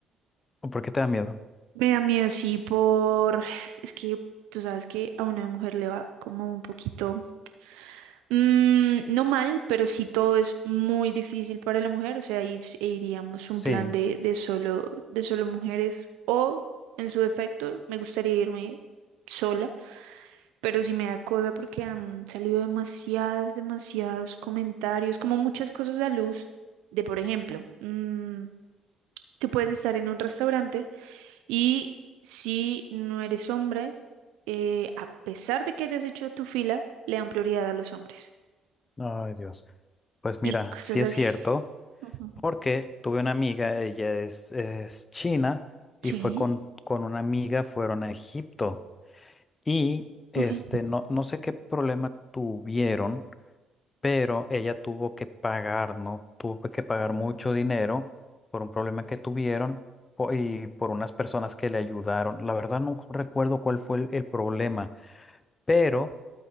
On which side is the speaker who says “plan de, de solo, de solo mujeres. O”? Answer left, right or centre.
Right